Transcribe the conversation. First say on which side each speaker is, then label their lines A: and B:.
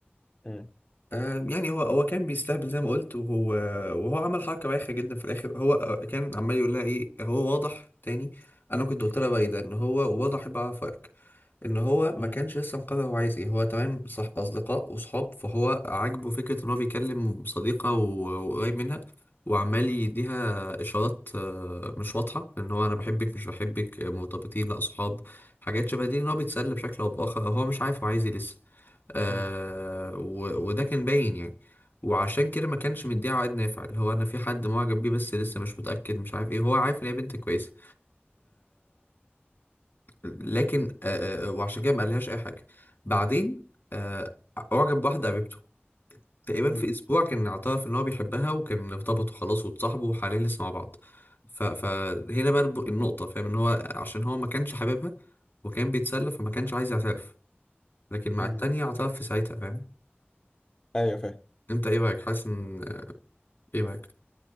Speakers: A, on the left; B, on the left.
A: مم.
B: آه يعني هو هو كان بيستهبل زي ما قلت وهو وهو عمل حركه بايخه جدا في الاخر هو آه، كان عمال يقول لها ايه هو واضح تاني انا كنت قلت لها بقى إيه ده ان هو واضح احب اعرف رايك ان هو ما
A: مم.
B: كانش لسه مقرر هو عايز ايه هو تمام صح اصدقاء وصحاب فهو عاجبه فكره ان هو بيكلم صديقه و- وقريب منها وعمال يديها اشارات آه، مش واضحه ان هو انا بحبك مش بحبك آه، مرتبطين لا اصحاب حاجات شبه دي ان هو بيتسلى بشكل او باخر هو مش عارف هو عايز ايه لسه آه
A: مم.
B: و- وده كان باين يعني وعشان كده ما كانش مديها عائد نافع اللي هو انا في حد معجب بيه بس لسه مش متاكد مش عارف ايه هو عارف ان هي بنت كويسه لكن آه، آه، آه، وعشان كده ما قالهاش اي حاجه بعدين آه، اعجب بواحده قريبته تقريبا
A: مم.
B: في اسبوع كان اعترف ان هو بيحبها وكان ارتبطوا خلاص واتصاحبوا وحاليا لسه مع بعض ف... فهنا بقى الب- النقطه فاهم ان هو عشان هو ما كانش حاببها وكان بيتسلى فما كانش عايز يعترف لكن مع
A: مم.
B: التانية اعترف في ساعتها فاهم
A: ايوه فاهم
B: انت ايه رايك حاسس ان ايه رايك